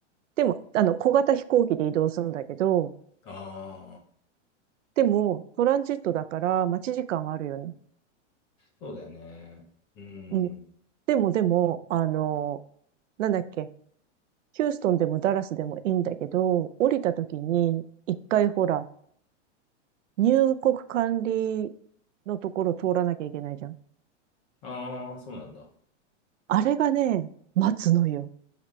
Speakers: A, on the right; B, on the left.
A: でも、あの、小型飛行機で移動するんだけど、
B: あー、
A: でも、トランジットだから待ち時間はあるよね。
B: そうだよね。うん。
A: うん。でも、でも、あの、なんだっけ、ヒューストンでもダラスでもいいんだけど、降りた時に、一回ほら、入国管理のところ通らなきゃいけないじゃん。
B: ああ、そうなんだ。あ
A: あれがね、待つのよ。